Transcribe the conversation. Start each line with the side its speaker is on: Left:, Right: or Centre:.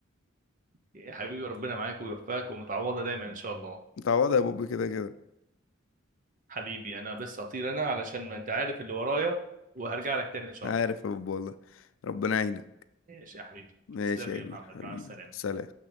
Right: يا حبيبي ربنا معاك ويوفقك ومتعوضه دايما ان شاء الله
Left: متعوضة يا بوب كده كده
Right: حبيبي انا بس هطير انا علشان ما انت عارف اللي ورايا وهرجع لك تاني ان شاء
Left: عارف
Right: الله
Left: يا بوب والله ربنا يعينك
Right: ماشي يا حبيبي
Left: ماشي
Right: تسلم
Left: يا
Right: لي يا
Left: كبير
Right: محمد
Left: حبيبي
Right: مع السلامه
Left: سلام